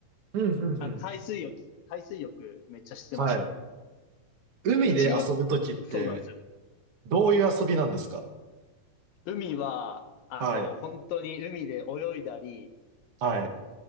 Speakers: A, on the right; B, on the left.
A: うん、うん、
B: あ、
A: うん。
B: 海水浴、海水浴めっちゃしてました。
A: はい。海で遊ぶときって、
B: もう中学、そうなんですよ。
A: どういう遊びなんですか
B: 海は、あの、
A: はい。
B: 本当に海で泳いだり、
A: はい。